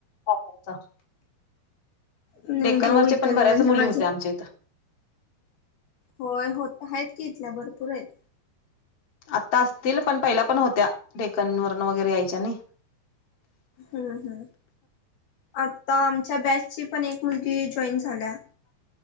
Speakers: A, on the left (about 35°); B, on the left (about 65°).
A: वापरचा.
B: नाही
A: डेकनवरचे
B: भाऊ इथं
A: पण बऱ्याच
B: नाही म्हणजे
A: मुली
B: माझे
A: होत्या आमच्या इथं.
B: होय होत आहेत की इथल्या भरपूर आहेत
A: आता असतील पण पहिला पण होत्या टेकन वण वगैरे यायच्या नाही
B: हम्म हम्म आता आमच्या बॅचची पण एक मुलगी जॉईन झाल्या